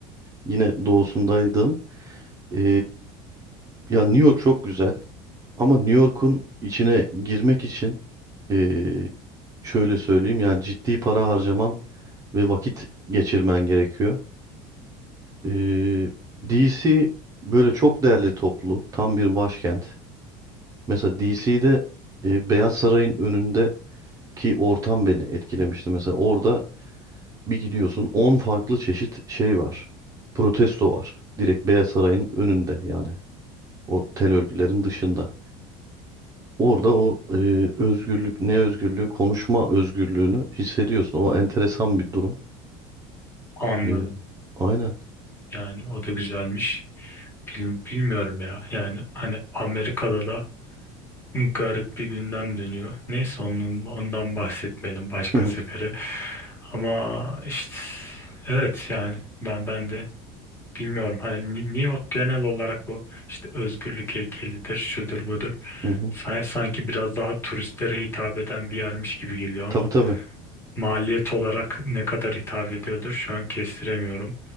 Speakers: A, on the right (about 25°); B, on the left (about 15°).
A: Yine doğusundaydım. Ee, ya New York çok güzel. Ama New York'un içine girmek için ee, şöyle söyleyeyim. Yani ciddi para harcaman ve vakit geçirmen gerekiyor. Ee, DC böyle çok değerli toplu, tam bir başkent. Mesela DC'de e, Beyaz Saray'ın önündeki ortam beni etkilemişti. Mesela orada bir gidiyorsun 10 farklı çeşit şey var. Protesto var. Direkt Beyaz Saray'ın önünde yani. O tel örgülerin dışında. Orada o e, özgürlük, ne özgürlüğü, konuşma özgürlüğünü hissediyorsun. O enteresan bir durum.
B: Anladım.
A: E, aynen.
B: Yani o da güzelmiş. Bil- bilmiyorum ya. Yani hani Amerika'da da garip bir gündem dönüyor. Neyse onun, ondan bahsetmeyelim başka
A: <laughs> Hı
B: sefere. Ama işte evet yani ben ben de bilmiyorum. Hani New York genel olarak bu işte özgürlük heykelidir, şudur budur.
A: hı.
B: Sa- Sanki biraz daha turistlere hitap eden bir yermiş gibi geliyor ama
A: Tabii tabii.
B: maliyet olarak ne kadar hitap ediyordur şu an kestiremiyorum.